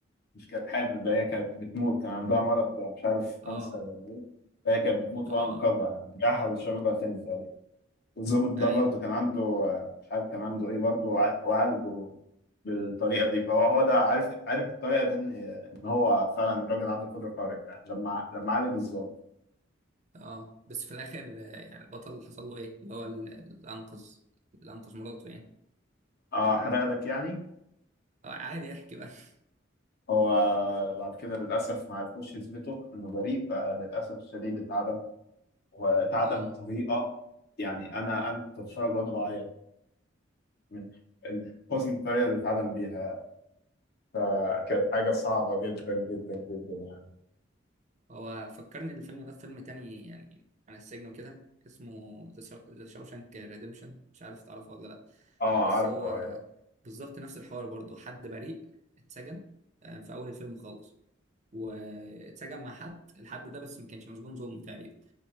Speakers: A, on the left; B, on the right.
A: مش كانت حامل بقى هي كانت بتموت كان عندها مرض مش عارف
B: اه
A: كانسر ولا ايه فهي كانت بتموت
B: اه
A: وأنا أنقذها
B: اه
A: يعني رجعها لشبابها تاني تقريبا الظابط ده
B: ايوه
A: برضه كان عنده آه، مش عارف كان عنده ايه برضه وع- وعالجه بالطريقة دي فهو هو ده عارف عارف الطريقة دي ان إن هو فعلا راجل عنده قدرة خارقة يعني لما لما عالج الظابط
B: اه بس في الاخر آه، يعني البطل اللي حصل له ايه اللي هو ال- اللي انقذ اللي انقذ مراته يعني
A: اه حرق لك يعني
B: آه عادي يحكي بقى <laughs>
A: هو بعد كده للأسف ما عرفوش يثبتوا إنه بريء فللأسف الشديد اتعدم واتعدم
B: اه
A: بطريقة يعني أنا أنا كنت بتفرج وأنا بعيط من حسن الطريقة اللي اتعدم بيها فكانت حاجة صعبة جدا جدا جدا يعني
B: هو فكرني الفيلم ده فيلم تاني يعني عن السجن وكده اسمه ذا شاوشانك ريديمشن مش عارف تعرفه ولا لأ
A: اه
B: بس
A: عارفه
B: هو
A: ايوه
B: بالظبط نفس الحوار برضه حد بريء اتسجن آه، في أول الفيلم خالص واتسجن مع حد الحد ده بس ما كانش مسجون ظلم تقريبا